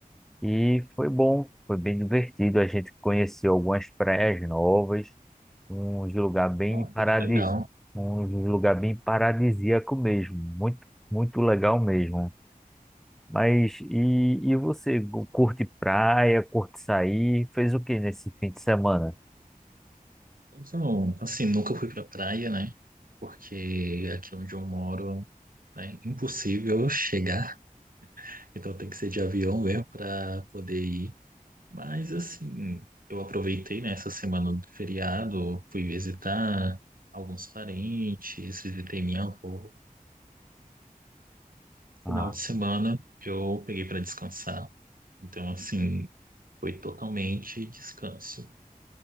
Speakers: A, in the centre; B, on the right.
A: e foi bom, foi bem divertido. A gente conheceu algumas praias novas, uns lugar bem
B: Nossa,
A: paradis,
B: que legal.
A: um lugar bem paradisíaco mesmo, muito, muito legal mesmo. Mas e, e você gu- curte praia, curte sair? Fez o que nesse fim de semana?
B: Então, assim, nunca fui pra praia, né? Porque aqui onde eu moro é impossível eu chegar. <laughs> Então tem que ser de avião mesmo pra poder ir. Mas, assim, eu aproveitei, né, essa semana do feriado, fui visitar alguns parentes, visitei minha avó.
A: Ah,
B: Final de semana eu peguei pra descansar. Então, assim. Foi totalmente descanso,